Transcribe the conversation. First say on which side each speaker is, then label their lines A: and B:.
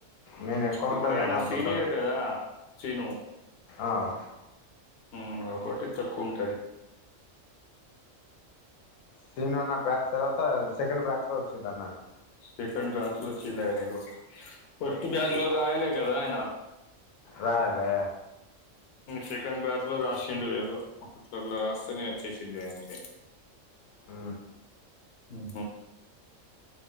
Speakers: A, on the left; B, on the left.
A: నేను ఎక్కువ
B: ఇప్పుడు
A: ఉంటదేమో
B: ఆయన
A: అనుకుంటాను
B: సీనియర్ కదా సిను
A: అవు
B: ఉమ్ కాబట్టి తక్కువ ఉంటది
A: సీన్ నా బ్యాచ్ తర్వాత సెకండ్ బ్యాచ్ లో వచ్చింద అన్నాడు
B: సెకండ్ బ్యాచ్ లో వచ్చిండు అయినేదో ఫస్ట్ బ్యాచ్ లో అయినే కదా అయనా
A: రాయాలే
B: సెకండ్ బ్యాచ్ లో రాసిండు ఏదో అట్లా అట్లా రాస్తేనే వచ్చేసి ఆయనకి
A: అ
B: ఉ